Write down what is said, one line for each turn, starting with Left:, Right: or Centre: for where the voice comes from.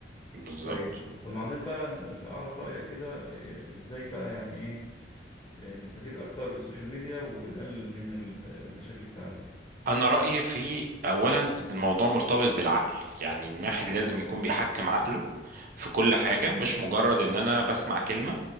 Right: بالظبط
Left: طيب كنا عاوزين بقى أعرف رأيك كده إيه، إزاي بقى يعني إيه إيه، نستفيد أكتر بالسوشيال ميديا ونقلل من ال- المشاكل بتاعتها
Right: انا رايي في اولا الموضوع مرتبط بالعقل يعني الواحد لازم يكون بيحكم عقله في كل حاجه مش مجرد ان انا بسمع كلمه